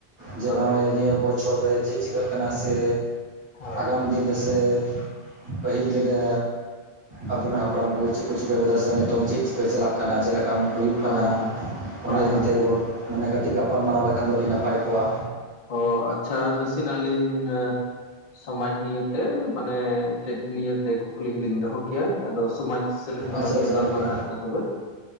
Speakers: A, on the right (about 75°); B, on the left (about 45°).
A: ᱡᱮ
B: ᱦᱳᱭ
A: ᱱᱚᱜᱼᱚᱭ
B: ᱦᱳᱭ
A: ᱱᱤᱭᱟᱹ ᱵᱚᱪᱷᱚᱨ ᱨᱮ ᱪᱮᱫ ᱪᱤᱠᱟᱹᱜ ᱠᱟᱱᱟ ᱥᱮ
B: ᱦᱳᱭ
A: ᱟᱜᱟᱢ ᱫᱤᱱ ᱨᱮ ᱥᱮ ᱯᱟᱹᱦᱤᱞ ᱫᱤᱱᱨᱮ ᱟᱵᱚᱨᱮᱱ ᱦᱟᱯᱲᱟᱢ ᱠᱚ ᱪᱮᱫ ᱠᱚ ᱪᱤᱠᱟᱹᱣ ᱟᱠᱟᱫᱟ ᱥᱮ ᱱᱤᱛᱚᱝ ᱪᱮᱫ ᱪᱤᱠᱟᱹ ᱪᱟᱞᱟᱜ ᱠᱟᱱᱟ ᱪᱮᱫ ᱞᱮᱠᱟ ᱦᱩᱭᱩᱜ ᱠᱟᱱᱟ
B: ᱦᱳᱭ
A: ᱚᱱᱟ
B: ᱦᱳᱭ
A: ᱱᱤᱭᱮ
B: ᱦᱳᱭ
A: ᱛᱮ ᱢᱟᱱᱮ ᱠᱟᱹᱴᱤᱡ ᱜᱟᱯᱟᱞᱢᱟᱨᱟᱣ ᱞᱮᱠᱷᱟᱱ ᱫᱚ ᱟᱹᱰᱤ ᱱᱟᱯᱟᱭ ᱠᱚᱜᱼᱟ
B: ᱚᱻ ᱟᱪᱪᱷᱟ ᱱᱟᱥᱮᱱᱟᱜ ᱞᱤᱧ ᱥᱚᱢᱟᱡᱽ ᱱᱤᱭᱮ ᱛᱮ ᱢᱟᱱᱮ ᱢᱤᱫᱴᱮᱱ ᱱᱤᱭᱟᱹᱛᱮ ᱠᱩᱠᱞᱤ ᱞᱤᱧ ᱫᱚᱦᱚ ᱠᱮᱭᱟ ᱟᱫᱚ ᱥᱚᱢᱟᱡᱽ ᱥᱮᱞᱮᱫ ᱦᱚᱞᱟᱝ
A: ᱟᱪᱪᱷᱟ ᱟᱪᱪᱷᱟ
B: ᱜᱟᱞᱢᱟᱨᱟᱜᱼᱟ
A: ᱜᱚᱝᱠᱮ
B: ᱛᱚᱵᱮ